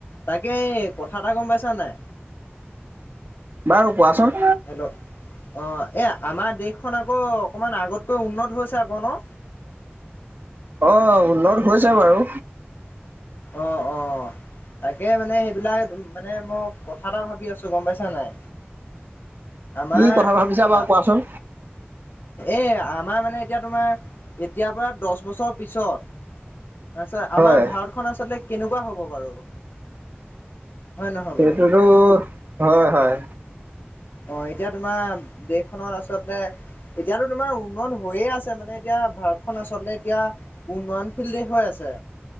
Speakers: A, on the left; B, on the right.
A: তাকে এই কথা এটা গম পাইছা নে নাই?
B: বাৰু কোৱাচোন।
A: <unintelligible> অ' এই আমাৰ দেশখন আকৌ অকমান আগতকৈ উন্নত হৈছে আকৌ নহ।
B: অ', উন্নত হৈছে বাৰু।
A: অ', অ'। তাকে মানে সেইবিলাক মানে মই কথা এটা ভাবি আছোঁ গম পাইছা নে নাই? আমাৰ
B: কি কথা ভাবিছা বাৰু
A: আহ
B: কোৱাচোন
A: এ, আমাৰ মানে এতিয়া তোমাৰ এতিয়াৰ পৰা দহ বছৰ পিছত। তাৰপিছত আমাৰ
B: হয়
A: ভাৰতখন আচলতে কেনেকুৱা হ'ব বাৰু? হয় নহয়
B: সেইটোতো
A: বাৰু?
B: হয়, হয়।
A: অ' এতিয়া তোমাৰ দেশখনত আচলতে। এতিয়াতো তোমাৰ উন্নত হৈয়ে আছে মানে এতিয়া ভাৰতখন আচলতে এতিয়া। উন্নয়নশীল দেশ হৈ আছে